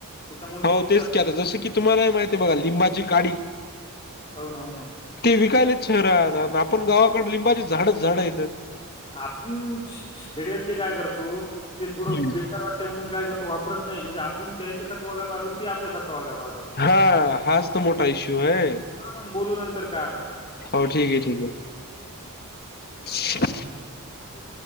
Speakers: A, on the left; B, on the left.
A: त्याच्यामुळे
B: हो
A: ती विकतात
B: तेच की, आता जसं की तुम्हाला माहिती आहे बघा लिंबाची काडी.
A: होना होना.
B: ते विकालेत शहरात अन, आपण गावाकड लिंबाची झाडच झाडं हायत.
A: आपण खेड्यातले काय करतो, ते थोडं
B: हम्म.
A: बेकार वाट टे म्हणून काय करतो वापरत नाही म्हणजे, आपूण त्यांच्यासारखं वागाय पाहून ती आपल्यासारख वागाय पाहतात.
B: हां, हाच तर मोठा इश्यूय.
A: चला मग बोलू नंतर काय आता.
B: हो ठीक ये ठीक ये.
A: हम.